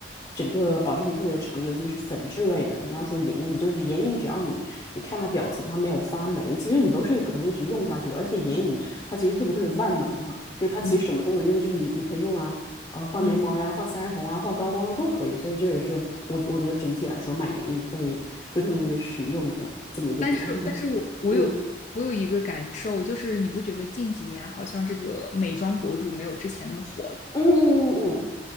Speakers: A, on the left (about 25°); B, on the left (about 40°).
A: 整个保质期特别长，尤其是粉质类的。你要说眼影，就是眼影，只要你你看它表层它没有发霉，其实你都是可能一直用下去的。而且眼影它其实特别特别万能嘛，就是它其实什么都能用，
B: 嗯
A: 就是你你可以用啊，呃，画眉毛呀，
B: 嗯
A: 画腮红啊，画高光啊都可以。所以这也是我我觉得整体来说买眼影会会特别特别实用的这么一个点。
B: 但是，
A: <laughs>
B: 但是我我有我有一个感受，
A: 嗯。
B: 就是你不觉得近几年好像这个美妆博主没有之前那么火了？
A: 嗯嗯嗯嗯，